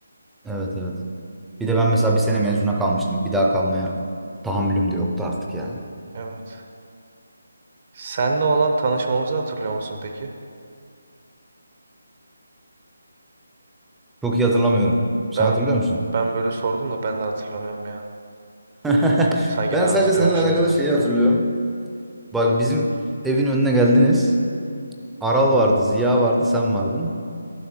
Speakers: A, in the centre; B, on the right.
A: Evet evet. Bir de ben mesela bir sene mezuna kalmıştım. Bir daha kalmaya tahammülüm de yoktu artık yani.
B: Evet. Senle olan tanışmamızı hatırlıyor musun peki?
A: Çok iyi hatırlamıyorum. Sen
B: Ben
A: hatırlıyor musun?
B: ben böyle sordum da ben de hatırlamıyorum ya.
A: <laughs>
B: Sanki
A: Ben
B: ben
A: sadece
B: hatırlıyormuşum
A: seninle alakalı
B: gibi.
A: şeyi hatırlıyorum. Bak bizim evin önüne geldiniz. Aral vardı, Ziya vardı, sen vardın.